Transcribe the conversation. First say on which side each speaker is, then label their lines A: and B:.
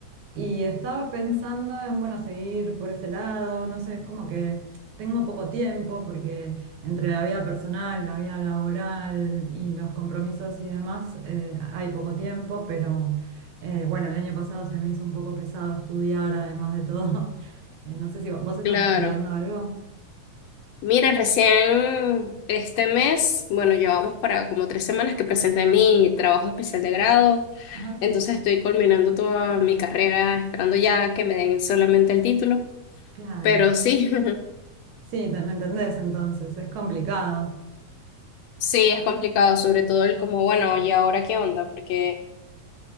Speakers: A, on the right; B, on the left.
A: y estaba pensando en, bueno, seguir por ese lado, no sé, es como que tengo poco tiempo porque entre la vida personal, la vida laboral y los compromisos y demás, eh, hay poco tiempo, pero eh, bueno, el año pasado se me hizo un poco pesado estudiar, además de todo. <laughs> Eh, no sé si vos, vos estás
B: Claro.
A: estudiando algo.
B: Mira, recién este mes, bueno, llevamos para como tres semanas que presenté mi trabajo especial de grado,
A: Ajá,
B: entonces estoy culminando toda mi carrera, esperando ya que me den solamente el título,
A: claro.
B: pero sí, <laughs>
A: Sí, te- me entendés entonces, es complicado.
B: sí, es complicado, sobre todo el como, bueno, ¿y ahora qué onda? Porque